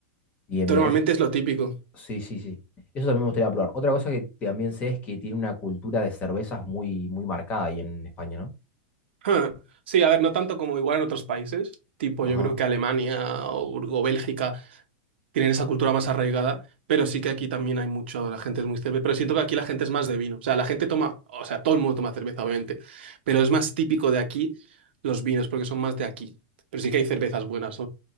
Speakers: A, on the left; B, on the right.
A: Bien,
B: Entonces,
A: bien.
B: normalmente
A: Es,
B: es lo típico. <laughs>
A: Sí, sí, sí. Eso también me gustaría probar. Otra cosa que también sé es que tiene una cultura de cervezas muy, muy marcada ahí en España, ¿no?
B: Ja. Sí, a ver, no tanto como igual en otros países, tipo
A: Ajá.
B: yo creo que Alemania o, Bur- o Bélgica, tienen esa cultura más arraigada, pero sí que aquí también hay mucho, la gente es muy cerveza, pero siento que aquí la gente es más de vino, o sea, la gente toma, o sea, todo el mundo toma cerveza, obviamente, pero es más típico de aquí los vinos, porque son más de aquí, pero sí que hay cervezas buenas,